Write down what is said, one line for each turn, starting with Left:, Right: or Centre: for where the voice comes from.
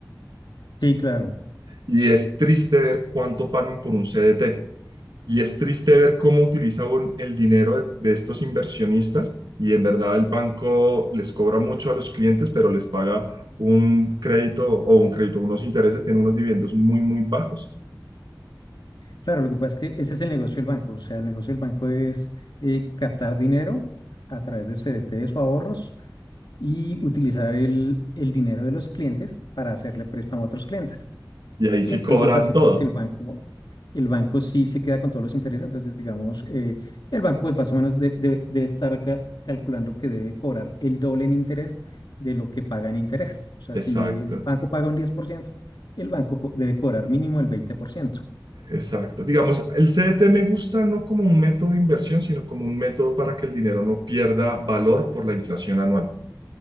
Left: Sí, claro.
Right: Y es triste ver cuánto pagan por un CDT. Y es triste ver cómo utilizan el dinero de, de estos inversionistas y en verdad el banco les cobra mucho a los clientes, pero les paga un crédito o un crédito, unos intereses, tiene unos dividendos muy, muy bajos.
Left: Claro, lo que pasa es que ese es el negocio del banco. O sea, el negocio del banco es eh, captar dinero a través de CDTs o ahorros y utilizar el, el dinero de los clientes para hacerle préstamo a otros clientes.
Right: Y ahí
Left: Y
Right: sí
Left: entonces
Right: cobran
Left: así
Right: todo.
Left: pues el banco, el banco sí se queda con todos los intereses, entonces digamos, eh, el banco pues más o menos de- debe debe estar ca- calculando que debe cobrar el doble en interés de lo que paga en interés. O sea,
Right: Exacto,
Left: si el banco paga un diez por ciento el banco co- debe cobrar mínimo el veinte por ciento
Right: exacto. Digamos, el CDT me gusta no como un método de inversión, sino como un método para que el dinero no pierda valor por la inflación anual.